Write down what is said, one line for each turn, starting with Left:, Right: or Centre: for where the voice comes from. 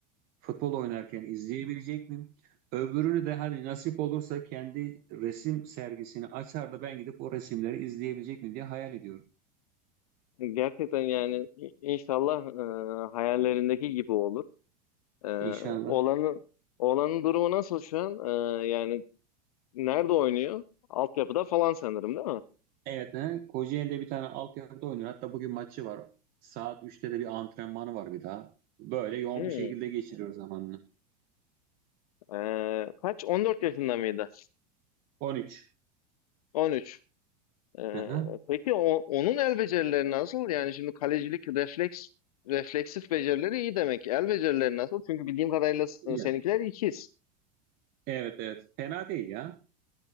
Right: futbol oynarken izleyebilecek miyim? Öbürünü de hani nasip olursa kendi resim sergisini açar da ben gidip o resimleri izleyebilecek miyim diye hayal ediyorum.
Left: Gerçekten yani i- inşallah e, hayallerindeki gibi olur. E,
Right: İnşallah.
Left: oğlanı, oğlanın durumu nasıl şu an? E, yani nerede oynuyor? Altyapıda falan sanırım değil
Right: Evet, he, Kocaeli'de bir tane altyapıda oynuyor. Hatta bugün maçı var. Saat üçte de bir antrenmanı var bir daha. Böyle yoğun
Left: mi?
Right: bir şekilde geçiriyor zamanını.
Left: Ee, kaç? 14 yaşında mıydı?
Right: 13.
Left: 13. Ee,
Right: Aha.
Left: peki o- onun el becerileri nasıl? Yani şimdi kalecilik refleks refleksif becerileri iyi demek. El becerileri nasıl? Çünkü bildiğim kadarıyla s-
Right: Ya.
Left: seninkiler ikiz.
Right: Evet evet. Fena değil ya.